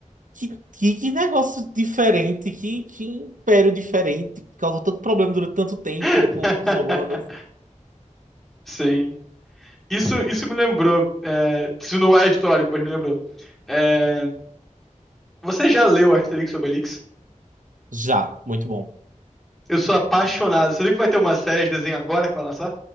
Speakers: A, on the right (about 80°); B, in the centre.
A: Que, que, que negócio diferente, que, que império diferente, que causou tanto problema durante tanto tempo
B: <laughs>
A: para os romanos.
B: Sim. Isso, isso me lembrou. é, Isso não é histórico, mas me lembrou. É, Você já leu Asterix e Obelix?
A: Já, muito bom.
B: Eu sou apaixonado. Você viu que vai ter uma série de desenho agora que vai lançar?